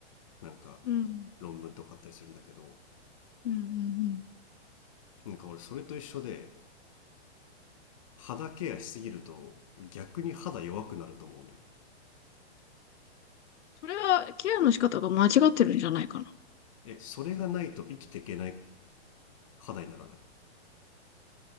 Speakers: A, on the left; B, on the left.
A: なんか
B: うん。
A: 論文とかあったりするんだけど
B: うん。うん。
A: なんか俺それと一緒で肌ケアしすぎると逆に肌弱くなると思うのよ。
B: それは、ケアの仕方が間違ってるんじゃないかな。
A: えそれがないと生きていけない肌にならない。